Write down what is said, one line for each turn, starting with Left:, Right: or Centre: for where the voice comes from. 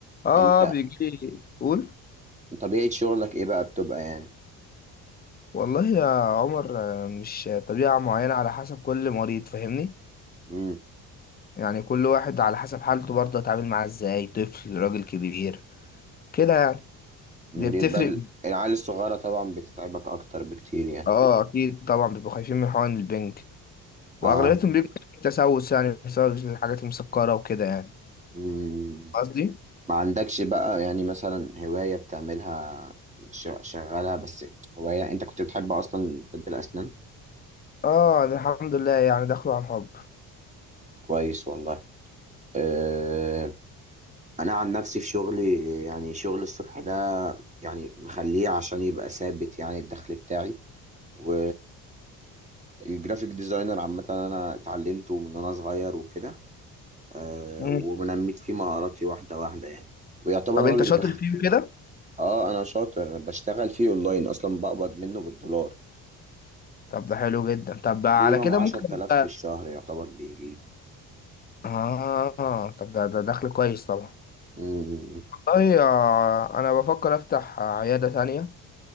Left: اه
Right: انت
Left: بيجي لي قول
Right: طبيعة شغلك ايه بقى بتبقى يعني
Left: والله يا عمر آه، مش طبيعة معينة على حسب كل مريض فاهمني
Right: امم
Left: يعني كل واحد على حسب حالته برضه اتعامل معاه ازاي طفل راجل كبير كده يعني
Right: بيبقى
Left: دي بتفرق
Right: ال- العيال الصغيرة طبعا بتتعبك اكتر بكتير يعني
Left: اه اكيد طبعا بيبقوا خايفين من حقن البنك واغلبيتهم
Right: اه
Left: بيبقى تسوس يعني بسبب الحاجات المسكرة وكده يعني
Right: مم.
Left: قصدي
Right: ما عندكش بقى يعني مثلا هواية بتعملها ش- شغالها بس هواية انت كنت بتحب اصلا طب الاسنان
Left: اه ده الحمد لله يعني دخلوا عن حب
Right: كويس والله آه، انا عن نفسي في شغلي يعني شغل الصبح ده يعني مخليه عشان يبقى ثابت يعني الدخل بتاعي و الجرافيك ديزاينر عامة انا اتعلمته من وانا صغير وكده آه،
Left: مم.
Right: ونميت فيه مهاراتي واحدة واحدة يعني ويعتبر
Left: طب
Right: هو
Left: انت
Right: اللي
Left: شاطر
Right: بيدخل
Left: فيه كده
Right: اه انا شاطر أنا بشتغل فيه اونلاين اصلا بقبض منه بالدولار
Left: طب ده حلو جدا طب على
Right: مينيمم
Left: كده
Right: 10000
Left: ممكن يبقى-
Right: في الشهر يعتبر بيجي
Left: اه طب ده ده دخل كويس طبعا
Right: م- م- م.
Left: والله آه، انا بفكر افتح عيادة تانية